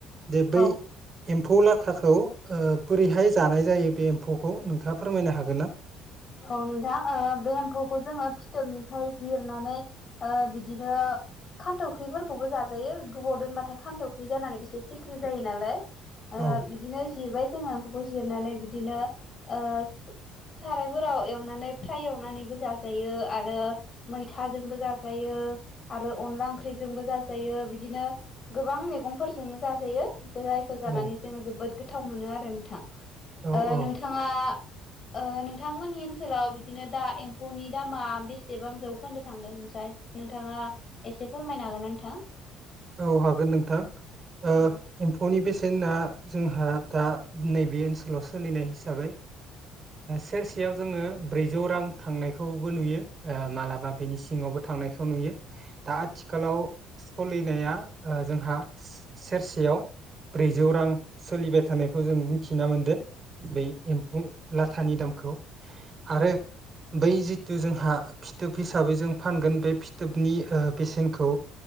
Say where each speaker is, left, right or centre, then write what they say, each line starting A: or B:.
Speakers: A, on the right (about 35°); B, on the left (about 40°).
A: दे बै
B: औ
A: एम्फौ लाथा थाखौ बोरैहाय जानाय जायो बे एम्फौखौ नोंथांङा फोरमायनो हागोन ना?
B: औ नोंथां बे एम्फौखौ जोंङो फिथोबनिफ्राय जिरनानै, ओ बिदिनो खान्थावख्रिफोरखौबो जाजायो गोबाव दोनबाथाय खान्थावख्रि जानानै बिसोर सिख्रि जायो नालाय, ओ
A: औ
B: बिदिनो जिरबाय जोंङो, एम्फौखौ जिरनानै बिदिनो ओ साराय फोराव एवनानै फ्राय एवनानैबो जाजायो आरो मैथाजोंबो जाजायो आरो अनला ओंख्रिजोंबो जाजायो बिदिनो गोबां मैगंफोरजोंनो जाजायो, बे जायखौ जानानै
A: औ
B: जोंङो जोबोद गोथाव मोनो आरो <unintelligible>
A: औ
B: ओ
A: औ
B: नोंथांङा ओ नोंथांमोननि ओनसोलाव बिदिनो दा एम्फौनि दामा बेसेबां जौखोन्दो थांदों नोंथांङा एसे फोरमायनो हागोन नोंथां?
A: औ हागोन नोंथां ओ
B: औ
A: एम्फौनि बेसे बेसेना जोंहा दा नैबे ओनसोलाव सोलिनाय हिसाबै सेरसेयाव जोंङो ब्रैजौ रां थांनायखौबो नुयो, मालाबा बेनि सिङावबो थांनायखौ नुयो, दा आथिखालाव स'लिनाया ओ जोंहा सेरसेआव सेरसेयाव ब्रैजौ रां सोलिबाय थानायखौ जों मिथिना मोनदो बे एम्फौ लाथानि दामखौ आरो बै जि थु जोंहा फिथोब हिसाबै जों फानगोन बे फिथोबनि ओ बेसेनखौ